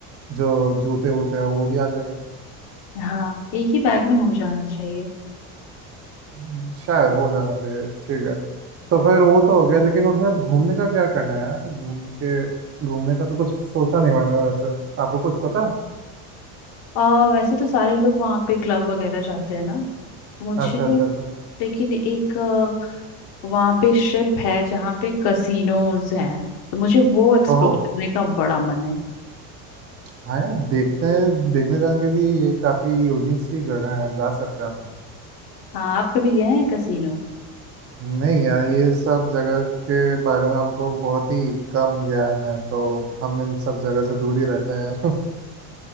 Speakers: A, on the right; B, on the left.
A: जो जूते वूते हैं वो भी आ जाएंगे
B: हाँ एक ही बैग में हो जाना चाहिए
A: हम्म, शायद हो जाना चाहिए ठीक है तो फिर वो तो हो गया लेकिन उधर घूमने का क्या करना है यार घूम के घूमने का तो कुछ सोचा नहीं मैंने वैसे आपको कुछ पता है
B: आ, वैसे तो सारे लोग वहाँ पे क्लब वगैरह जाते हैं ना मुझे
A: अच्छा अच्छा अच्छा
B: लेकिन एक अ, वहाँ पे शिप है जहाँ पे कसिनोज हैं तो मुझे वो एक्सप्लोर
A: ओहो
B: करने का बड़ा मन है
A: हाँ यार देखते हैं देखने जाने के लिए ये काफ़ी यूनिक सी जगह है जा सकते हैं अपन
B: हाँ आप कभी गए हैं कसिनो
A: नहीं यार ये सब जगह के बारे में हमको बहुत ही कम ज्ञान है तो हम इन सब जगह से दूर ही रहते हैं यार